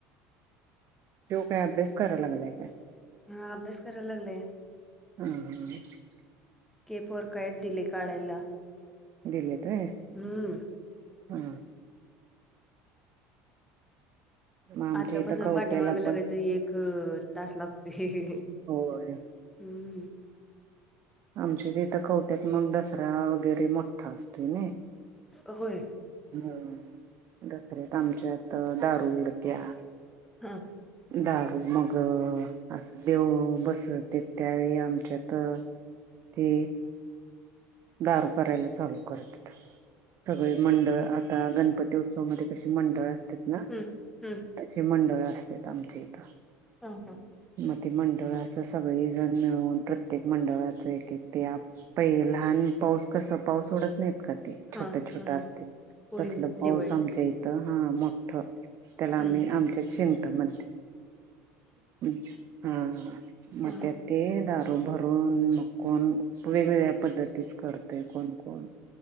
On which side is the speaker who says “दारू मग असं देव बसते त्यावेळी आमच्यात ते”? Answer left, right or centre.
Right